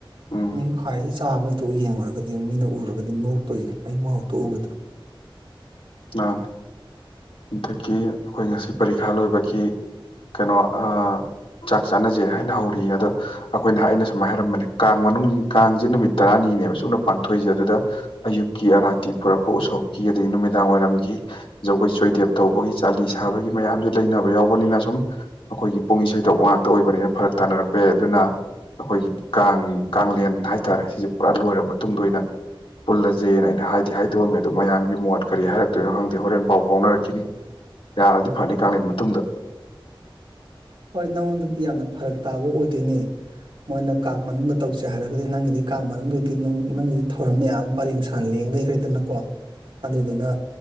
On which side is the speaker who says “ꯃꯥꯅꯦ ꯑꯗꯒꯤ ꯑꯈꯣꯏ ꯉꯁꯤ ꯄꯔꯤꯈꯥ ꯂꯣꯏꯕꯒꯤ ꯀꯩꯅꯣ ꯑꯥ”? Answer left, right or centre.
Left